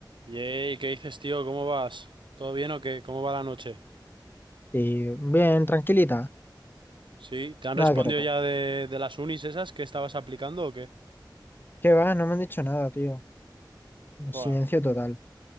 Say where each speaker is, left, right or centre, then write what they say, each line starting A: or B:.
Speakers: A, on the right; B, on the left.
A: Yey, ¿qué dices, tío? ¿Cómo vas? ¿Todo bien o qué? ¿Cómo va la noche?
B: Sí, bien, tranquilita.
A: ¿Sí? ¿Te han
B: Nada
A: respondido
B: que recordar.
A: ya de, de las unis esas que estabas aplicando o qué?
B: ¿Qué va? No me han dicho nada, tío.
A: Fua,
B: Silencio total.